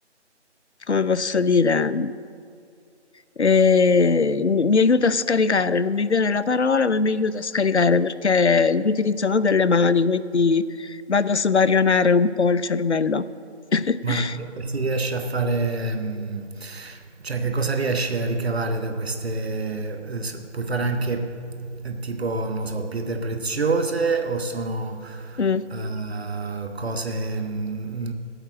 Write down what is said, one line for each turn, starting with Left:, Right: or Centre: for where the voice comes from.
Left: come posso dire, eh, mi mi aiuta a scaricare, non mi viene la parola, ma mi aiuta a scaricare perché l'utilizzo no, delle mani, quindi vado a svarionare un po' il cervello. <laughs>
Right: Ma eh, si riesce a fare, mh, cioè che cosa riesce a ricavare da queste, eh, s- puoi fare anche eh, tipo, non so, pietre preziose o sono
Left: Mm.
Right: eh, cose, mh,